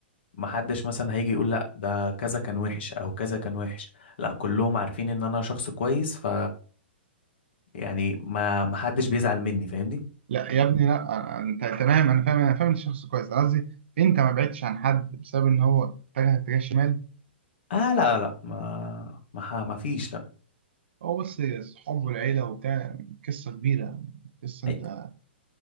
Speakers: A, on the left; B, on the right.
A: محدش مثلا هيجي يقول لا ده كذا كان وحش او كذا كان وحش لا كلهم عارفين ان انا شخص كويس ف يعني ما محدش بيزعل مني فاهمني
B: لا يا ابني لا انت تمام انا فاهم انا فاهم الشخص كويس أنا قصدي انت ما بعدتش عن حد بسبب ان هو اتجه اتجاه شمال
A: اه لا لا ما ما ح- ما فيش لا
B: هو بس صحابه والعيله وبتاع قصه كبيره قصه
A: هي
B: انت